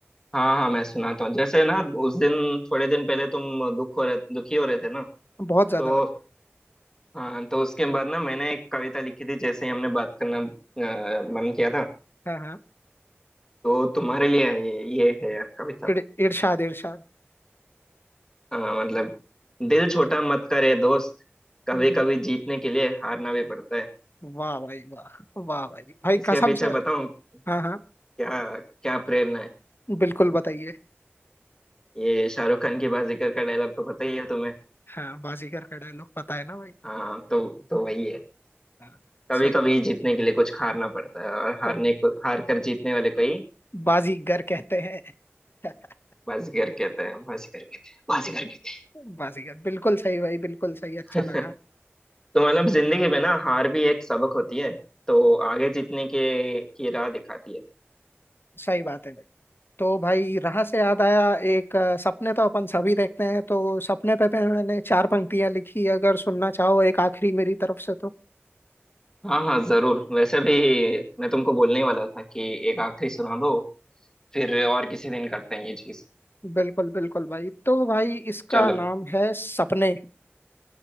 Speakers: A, on the left; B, on the left.
A: हाँ हाँ मैं सुनाता हूँ जैसे ना उस दिन थोड़े दिन पहले तुम दुख हो रहे दुखी हो रहे थे ना
B: बहुत ज्यादा
A: तो
B: भाई
A: हाँ तो उसके बाद ना मैंने एक कविता लिखी थी जैसे ही हमने बात करना अ, मन किया था
B: हाँ हाँ
A: तो तुम्हारे लिए है ये ये है यार कविता
B: इर, इरशाद इरशाद
A: अ, मतलब दिल छोटा मत करे दोस्त कभी
B: हम्म, हम्म।
A: कभी जीतने के लिए हारना भी पड़ता है
B: वाह भाई वाह वाह भाई भाई
A: इसके
B: कसम
A: पीछे
B: से
A: बताऊं
B: भाई हाँ हाँ
A: क्या क्या प्रेरणा है
B: बिल्कुल बताइए
A: ये शाहरुख खान की बाजीगर का डायलॉग तो पता ही है तुम्हें
B: हाँ बाजीगर का डायलॉग पता है ना भाई
A: हाँ तो तो वही है
B: हाँ
A: कभी
B: सही
A: कभी
B: बात
A: जीतने के लिए कुछ हारना पड़ता है और
B: अ,
A: हारने को हार कर जीतने वाले को ही
B: बाजीगर कहते हैं <laughs>
A: बाजीगर कहता है बाजीगर कहते हैं बाजीगर
B: बिल्कुल
A: कहते
B: बाजीगर बिल्कुल सही भाई बिल्कुल सही अच्छा
A: हैं
B: लगा
A: तो मतलब जिंदगी में ना हार भी एक सबक होती है तो आगे जीतने के की राह दिखाती है
B: सही बात है तो भाई राह से याद आया एक अ, सपने तो अपन सभी देखते हैं तो सपने पे, पे मैंने चार पंक्तियां लिखी अगर सुनना चाहो एक आखिरी मेरी तरफ से तो
A: हाँ हाँ जरूर वैसे भी मैं तुमको बोलने ही वाला था कि एक आखिरी सुना दो फिर और किसी दिन करते हैं ये चीज
B: बिल्कुल बिल्कुल भाई तो भाई इसका
A: चलो
B: नाम है सपने